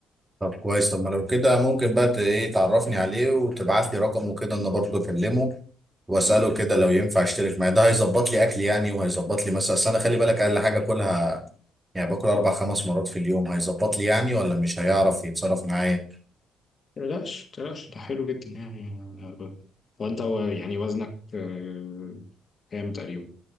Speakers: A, on the right (about 15°); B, on the left (about 40°).
A: طب كويس طب ما لو كده ممكن بقى ت- ايه تعرفني عليه وتبعت لي رقمه كده انا برضه اكلمه واساله كده لو ينفع اشترك معاه ده هيظبط لي اكل يعني وهيظبط لي مثلا أصل انا خلي بالك اقل حاجه اكلها يعني باكل اربع خمس مرات في اليوم هيظبط لي يعني ولا مش هيعرف يتصرف معايا
B: متقلقش متقلقش ده حلو جدا يعني آه، وانت و- يعني وزنك آه، كام تقريبا